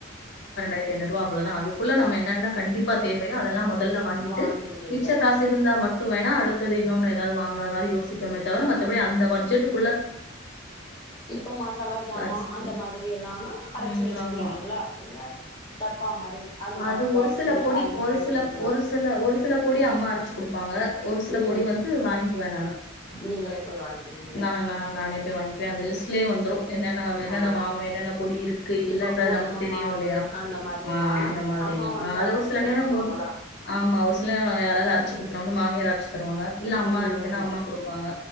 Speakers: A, on the left; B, on the left.
A: ண்டயத்ரூா்வ அவ்ளதா அதுக்குள்ள நம்ம என்னென்ன கண்டிப்பா தேவையோ அதெல்லா ம முதல்ல வாங்கிட்டு
B: வாங்கிருவீங்க
A: மிச்ச காசு இருந்தா மட்டு வேன்னா அடுத் தது இன்னோன்னு ஏதாது வாங்கற மாதிரி யோசிப்பமே தவர மத்தபடி அந்த பட்ஜெட்டுக்
B: இப்போ மசாலா ஜாமான்
A: அரிசிக்கு.
B: அந்த மாதிரி எல்லான அரைச்சு
A: ம்.
B: வச்சுக்கிருவீங்களா
A: ஆமா.
B: இல்ல டப்பா மாரி அந்த
A: அது ஒரு
B: பாக்ஸ்ல
A: சில பொடி
B: அந்த மாதிரி
A: ஒரு
B: வாங்கிடுவீங்களா
A: சில ஒரு சில ஒரு சில பொடி அம்மா அரைச்சு குடுப்பாங்க ஒரு சில
B: ம்
A: பொடி வந்து வாங்கிக்குவே நானு
B: நீங்களே போய் வாங்கிருவீங்க
A: நா நா நானே போய் வாங் கிக்வே அந்த லிஸ்ட்லயே வந்துரு என்னென்ன என்னென்ன
B: ஆ
A: வாங்கணு என்னென்ன பொடி இருக்கு இல்லன்றது
B: இப்போ கோதும
A: நமக்கு தெரியு
B: மாவு
A: இல்லயா
B: அந்த மாரி
A: ஆ
B: எல்லாம்னா
A: அந்த மாரி
B: அம்மா
A: எல்லா
B: வந்து
A: ஆ அது
B: அரைச்சி
A: ஒரு சில
B: தந்துருவாங்களா
A: நேரங்கும்போது ஆமா ஒரு சி இல்லம்மா யாராது அரைச்சு குடுத்துரு ஒன்னு மாமியார் அரைச்சு தருவாங்க இல்ல அம்மா
B: ம்
A: இருக்குன்னா அம்மா குடுப்பாங்க